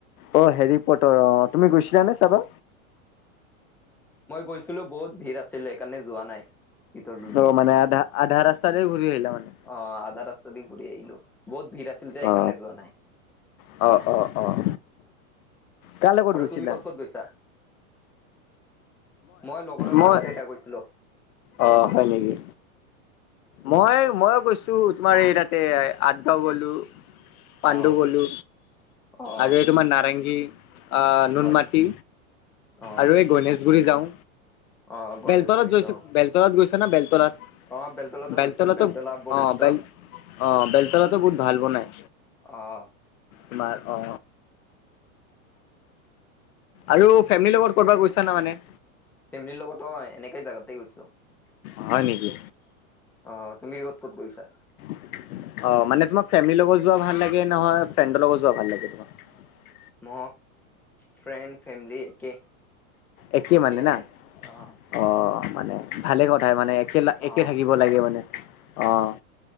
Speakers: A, on the left; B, in the centre.
A: অ', হেৰি পটাৰৰ অ'। তুমি গৈছিলানে চাবা?
B: মই গৈছিলো বহুত ভিৰ আছিলে সেইকাৰণে যোৱা নাই। ভিতৰদি
A: অ মানে আধা আধা ৰাস্তাতে ঘূৰি আহিলা মানে
B: অ' আধা ৰাস্তা দি ঘৰি আহিলো বহুত ভিৰ আছিল যে এই
A: অ
B: কাৰণে যোৱা নাই।
A: অ', অ', অ'। কাৰ লগত
B: আৰু
A: গৈছিলা
B: তুমি ক'ত ক'ত গৈছা? মই লগতৰ
A: মই
B: লগতে এটা কৈছিলোঁ।
A: অ', হয় নেকি? মই মই কৈছো তোমাৰ এই তাতে আঠগাঁও গ'লো। পাণ্ডু
B: অ
A: গ'লো।
B: অ',
A: আৰু এই তোমাৰ নাৰেংগী নুনমাটি
B: হয় অ',
A: আৰু গণ ৰি যাওঁ
B: অ', গণেশগুৰিত
A: বেলতলত গৈছো
B: অ',
A: বেলতলত গৈছা নে বেলতলত।
B: অ', বেলতলাতো
A: বেলতলাাতো
B: গৈছো বেলতলা বশিষ্ঠ
A: অ' বেল অ' বেলতলাাতো বহুত ভাল বনাই।
B: আহ।
A: বোমাৰ অ'। আৰু ফেমিলিৰ লগত কৰব গৈছা না মানে?
B: ফেমিলিৰ লগত অ' এনেকে জাগাতে গৈছো।
A: হয় নেকি?
B: অ' তুমি ক'ত ক'ত গৈছা?
A: <inaudible> অ' মানে তোমাক ফেমিলিৰ লগত যোৱা ভাল লাগে নহয় ফ্ৰেণ্ডৰ লগত যোৱা ভাল লাগে?
B: ম, ফ্ৰেড ফেমিলি একে।
A: একে
B: একেই
A: মানে
B: আৰু
A: না,
B: অ',
A: অ' মানে ভালে কথাই মানে একো
B: অ',
A: একে থাকিব লাগে মানে, অ'।